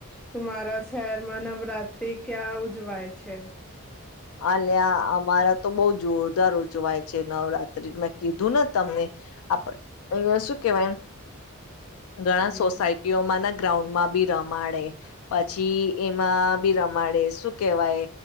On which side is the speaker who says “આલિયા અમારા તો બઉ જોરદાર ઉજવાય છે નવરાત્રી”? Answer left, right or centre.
Left